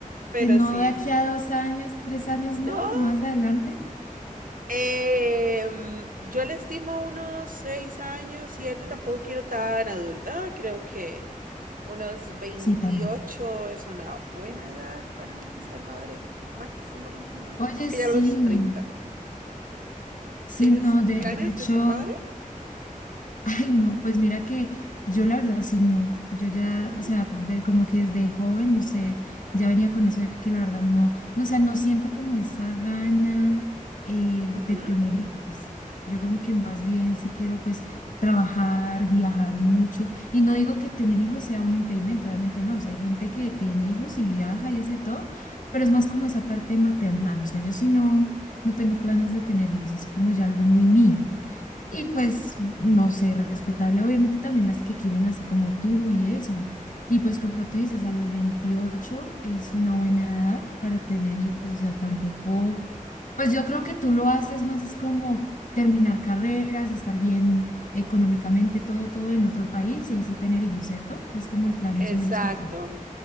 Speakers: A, on the right; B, on the left.
A: Pero
B: Que no
A: sí,
B: de aquí
A: sí.
B: a dos años, tres años,
A: No.
B: no, más adelante.
A: Em, yo le estimo unos seis años, siete, tampoco quiero tan adulta. Creo que unos veintiocho
B: Sí, también.
A: es una buena edad para mí ser madre. Máximo veintinueve.
B: Oye,
A: Es que
B: sí,
A: ya a los treinta. no.
B: sí,
A: ¿Tienes
B: no, de,
A: planes
B: de hecho.
A: de ser madre?
B: Ay, no, pues mira que yo la verdad sí no. Yo ya,
A: No.
B: o sea, de- como que desde joven, no sé, ya venía con eso de que la verdad no, no, o sea, no siento como esa gana eh,
A: Ujú.
B: de tener hijos. Yo como que más bien sí quiero pues trabajar, viajar mucho. Y no digo que tener hijos sea un impedimento, obviamente no. O sea, hay gente que tiene hijos y viaja y hace todo, pero es más como esa parte maternal. O sea, yo sí no, no tengo planes de tener hijos, es como ya algo muy mío. Y pues,
A: Sí.
B: no sé, respetable, obviamente también las que quieren así como tú y eso. Y pues como tú dices, a los 28 es una buena edad para tener hijos, o sea, tampoco, pues yo creo que tú lo haces más es como terminar carreras, estar bien económicamente, todo, todo en otro país y ahí sí tener hijos, ¿cierto? Es como el plan
A: Exacto.
B: más o menos que tú.